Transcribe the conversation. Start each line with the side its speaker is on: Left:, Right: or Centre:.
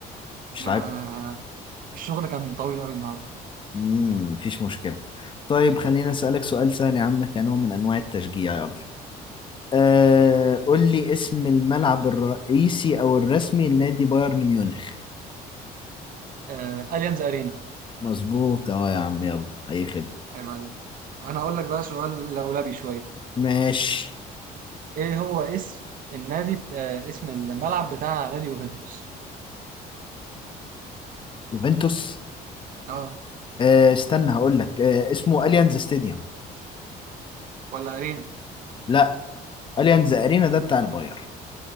Left: مش
Right: ما
Left: لعيب خالص.
Right: الشغل كان طويل قوي النهارده
Left: امم مفيش مشكله طيب خليني اسالك سؤال سهل يا عم كنوع من انواع التشجيع يلا آه قول لي اسم الملعب الرئيسي او الرسمي لنادي بايرن ميونخ
Right: آه، أليانز أرينا
Left: مظبوط اه يا عم يلا اي خدمه
Right: عيب عليك انا هقول لك بقى سؤال لولبي شويه
Left: ماشي
Right: إيه هو اسم النادي بت... آه، اسم الملعب بتاع نادي يوفنتوس
Left: يوفنتوس
Right: اه
Left: آه استنى هقول لك آه اسمه اليانز ستاديوم
Right: ولا ارينا
Left: لا اليانز ارينا ده بتاع الباير